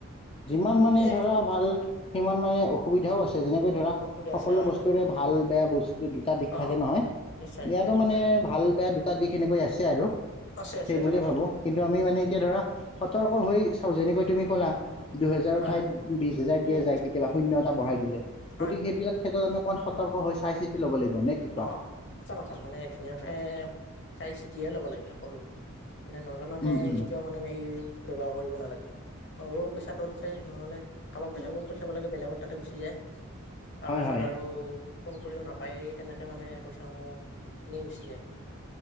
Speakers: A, on the left; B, on the left.
A: যিমান
B: ঠিকেই
A: মানে ধৰা ভাল সিমান মানে অসুবিধাও আছে যেনেকৈ ধৰা
B: অসুবিধা
A: সকলো
B: আছে হয়
A: বস্তুৰে
B: হয়
A: ভাল বেয়া বস্তু দুটা দিশ
B: অ
A: থাকে নহয়
B: নিশ্চয়
A: ইয়াৰো
B: নিশ্চয়
A: মানে
B: হয়
A: ভাল বেয়া দুটা দিশ এনেকৈ আছে আৰু।
B: আছে আছে
A: সেই বুলিয়ে
B: তাকেতো
A: ভাবো কিন্তু আমি মানে এতিয়া ধৰা সতৰ্ক হৈ চাও যেনেকৈ তুমি কলা দুহেজাৰ
B: হয়
A: ঠাইত বিশ হাজাৰ দিয়া
B: উম
A: যায় কেতিয়াবা শূন্য
B: উম
A: এটা বঢ়াই
B: উম
A: দিলে
B: হয়
A: গতিক সেইবিলাক
B: হয়
A: ক্ষেত্ৰত আমাক অকণ সতৰ্ক হৈ চাই চিতি ল'ব লাগিব। নে কি কোৱা
B: অ সঁচা কথা মানে ধুনীয়াকে চাই চিতিয়াই ল'ব লাগে কলো। মানে নাজানকে
A: উম উম
B: কেতিয়াও মানে হেৰি ব্যৱহাৰ কৰিব নালাগে অ' পইচাত যায় নহ'লে কাৰোবাক বেলেগো পঠিয়াব লাগে, বেলেগৰ তাতে গুচি যায়। তাৰপিছত
A: হয় হয়
B: আৰু ফোন কৰিও নাপায়েই। তেনেকৈ মানে পইচাসমূহ এনেই গুছি যায়।